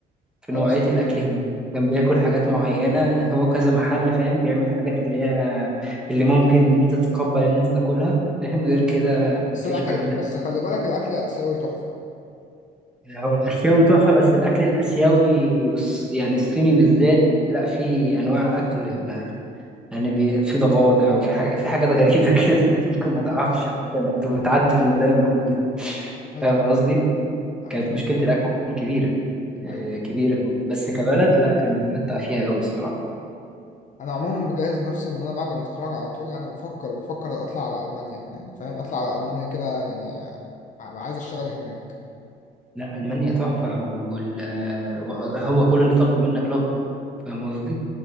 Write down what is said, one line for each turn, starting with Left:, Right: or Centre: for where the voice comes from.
Centre: في
Left: اه
Centre: نوعية
Left: صح.
Centre: الأكل هنا كان بياكل حاجات معينة هو كذا محل فاهم بيعمل حاجات اللي هي اللي ممكن إن أنت تتقبل إن أنت تاكلها فاهم غير
Left: ايوه
Centre: كده
Left: بس
Centre: مفيش
Left: الاكل
Centre: محلات
Left: بس خلي بالك الاكل اسيوي تحفه
Centre: هو الآسيوي تحفة بس الأكل الآسيوي والص- يعني الصيني بالذات لا في أنواع أكل يعني بي... في ضفادع وفي حاجة في حاجات غريبة كده <laughs> ممكن
Left: ايوه
Centre: ما تعرفش
Left: ايوه
Centre: حتى انك تبقى بتعدي من قدام المحل ده
Left: ايوه
Centre: فاهم قصدي؟
Left: ايوه
Centre: كانت مشكلة الأكل عندهم كبيرة آه،
Left: ايوه
Centre: كبيرة أوي. بس كبلد لا كان متمتع فيها أوي الصراحة
Left: انا عموما مجهز نفسي ان انا بعد ما اتخرج على طول يعني بفكر بفكر اطلع على المانيا يعني فاهم اطلع على المانيا كده يعني ع- عايز اشتغل هناك
Centre: لا ألمانيا تحفة وال... هو كل اللي طالبه منك لغة فاهم قصدي؟